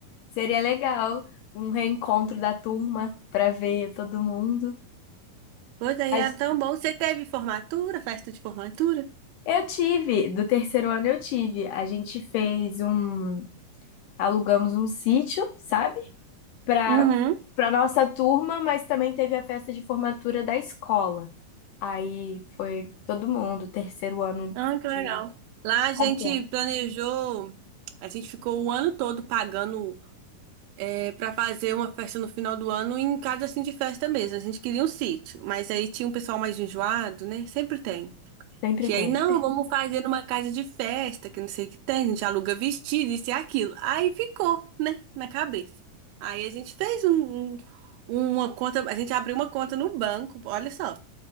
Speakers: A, on the left (about 85°); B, on the right (about 85°).
A: Seria legal um reencontro da turma para ver todo mundo.
B: Pois aí
A: Mas
B: era tão bom. Você teve formatura, festa de formatura?
A: eu tive, do terceiro ano eu tive. A gente fez um, alugamos um sítio, sabe? Para
B: Uhum.
A: para nossa turma, mas também teve a festa de formatura da escola. Aí foi todo mundo, terceiro ano
B: Ah, que legal.
A: de
B: Lá a
A: completo.
B: gente planejou, a gente ficou o ano todo pagando é, para fazer uma festa no final do ano em casa assim de festa mesmo. A gente queria um sítio, mas aí tinha um pessoal mais enjoado, né? Sempre tem.
A: Sempre
B: Que
A: tem.
B: aí, não, vamos fazer numa casa de festa, que não sei o que tem, a gente aluga vestido, isso e aquilo. Aí ficou, né, na cabeça. Aí a gente fez um, um- uma conta, a gente abriu uma conta no banco, olha só.